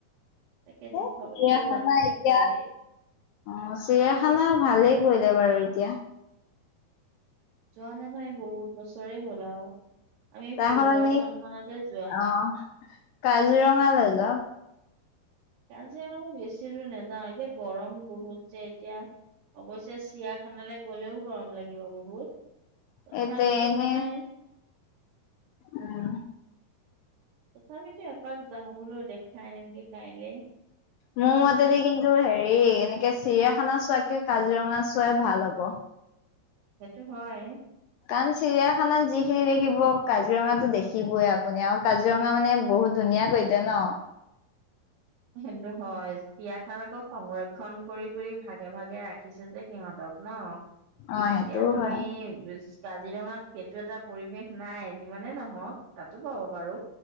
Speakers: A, on the right; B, on the left.
A: তাকে
B: এই
A: দেখুৱাবলৈ
B: চিৰিয়াখানা
A: লৈ যাম তাইক
B: এতিয়া
A: কাইলে।
B: অ', চিৰিয়াখানা ভালেই কৰিলে বাৰু এতিয়া।
A: যোৱা নাই নহয় বহুত বছৰে হ'ল আৰু। আমি
B: তাৰ
A: ষোল্ল
B: সলনি
A: চন মানতে যোৱা,
B: অ', কাজিৰঙালৈ
A: উম।
B: যাওঁক।
A: কাজিৰঙা বেছি দুৰ নাযাওঁ এতিয়া গৰম বহুত যে এতিয়া। অবশ্যে চিৰিয়াখানালৈ গ'লেও গৰম লাগিব বহুত, তথাপিতো
B: এতে এনে
A: মানে,
B: উম।
A: তথাপিতো এপাক যাওঁ বোলো দেখাই আনিমগে কাইলে।
B: মোৰ মতেদি
A: ভাবিছো
B: কিন্তু হেৰি এনেকে, চিৰিয়াখানা চোৱাতকে কাজিৰঙা চোৱাই ভাল হ'ব।
A: সেইটো হয়।
B: কাৰণ চিৰিয়াখানাত যিখিনি দেখিব কাজিৰঙাতো দেখিবে আপুনি আৰু কাজিৰঙা মানে বহুত ধুনীয়া কৰি দিলে ন'।
A: সেইটো হয়, চিৰিয়াখানাত আকৌ সংৰক্ষন কৰি কৰি ভাগে ভাগে ৰাখি ৰাখিছে যে, সিহঁতক ন'
B: অ
A: এতিয়া
B: সেইটোও
A: তুমি
B: হয়
A: কাজিৰঙাত। সেইটো এটা পৰিৱেশ নাই যিমানে নহওক। তাতো পাব বাৰু